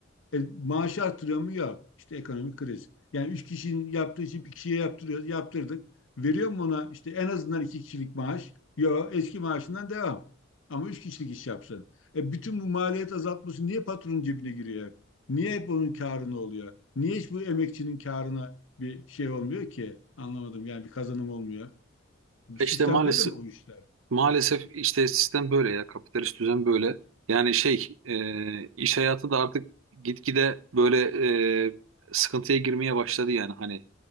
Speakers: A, on the left; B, on the right.
A: E, maaş artırıyor mu? Yok. İşte ekonomik kriz. Yani üç kişinin yaptığı işi bir kişiye yaptırıyoruz. Yaptırdık. Veriyor mu ona işte en azından iki kişilik maaş? Yok. Eski maaşından devam. Ama üç kişilik iş yapsın. E, bütün bu maliyet azaltması niye patronun cebine giriyor? Niye hep onun karına oluyor? Niye hiç bu emekçinin karına bir şey olmuyor ki? Anlamadım yani bir kazanım olmuyor. Bu Sistem
B: İşte maalesef
A: böyle mi bu işler?
B: Maalesef işte sistem böyle ya kapitalist düzen böyle. Yani şey e, iş hayatı da artık gitgide böyle e, sıkıntıya girmeye başladı yani hani